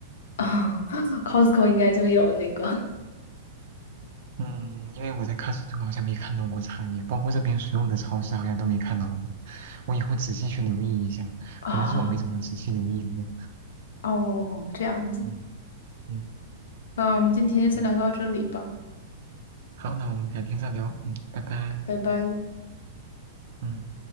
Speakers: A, on the left; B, on the right.
A: 啊 <laughs>，Costco 应该就有那个。
B: 嗯，因为我在 c o s t 好像没看到过茶叶，包括这边所有的超市好像都没看到过。我以后仔细去留意一下，
A: 啊，
B: 可能是我没怎么仔细留意过。
A: 哦，这样子，
B: 嗯嗯
A: 那我们今天先聊到这里吧，
B: 嗯，嗯好，那我们改天再聊。嗯，拜拜。
A: 拜拜。
B: 嗯，